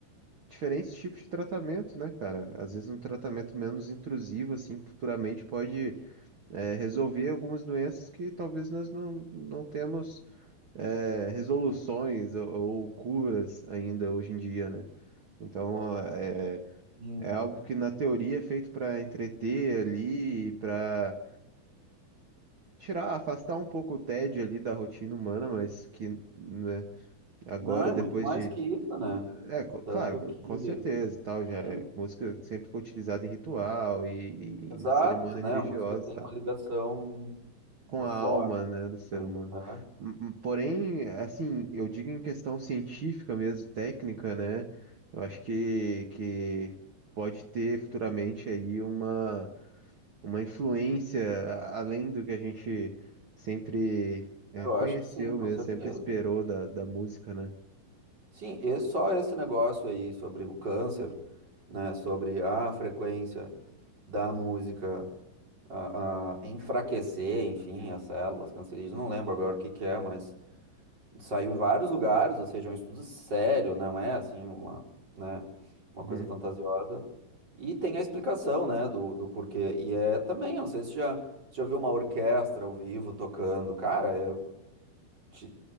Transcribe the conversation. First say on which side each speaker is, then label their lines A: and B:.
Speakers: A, on the right; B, on the right.
A: diferentes tipos de tratamento, né, cara? Às vezes um tratamento menos intrusivo, assim, que futuramente pode é, resolver algumas doenças que talvez nós não, não temos é, resoluções ou, ou curas ainda hoje em dia, né? Então é,
B: Hum,
A: é algo que na teoria é feito para entreter ali, para tirar, afastar um pouco o tédio ali da rotina humana, mas que né, agora
B: Não, é
A: depois
B: muito mais
A: de,
B: que isso, né?
A: é co-
B: Tanto
A: claro,
B: que,
A: com certeza, e tal, já
B: sim,
A: é, música sempre foi utilizada em ritual e,
B: exato,
A: e em cerimônia
B: né?
A: religiosa,
B: A música tem
A: e tal.
B: uma ligação
A: com
B: eh,
A: a
B: forte,
A: alma, né, do ser
B: né?
A: humano.
B: Aham.
A: M- m- Porém, assim, eu digo em questão científica mesmo, técnica, né? Eu acho que, que pode ter futuramente aí uma, uma influência a- além do que a gente sempre é,
B: Eu
A: conheceu
B: acho que sim, com
A: mesmo,
B: certeza.
A: sempre esperou da, da música, né?
B: Sim, e só esse negócio aí sobre o câncer, né? Sobre a frequência da música a, a enfraquecer, enfim, as células cancerígenas. Não lembro agora o que que é, mas saiu em vários lugares, ou seja, é um estudo sério, não é assim uma, né, uma coisa
A: Uhum.
B: fantasiosa. E tem a explicação, né, do, do porquê. E é também, eu não sei se já, se já viu uma orquestra ao vivo tocando. Cara, é, te,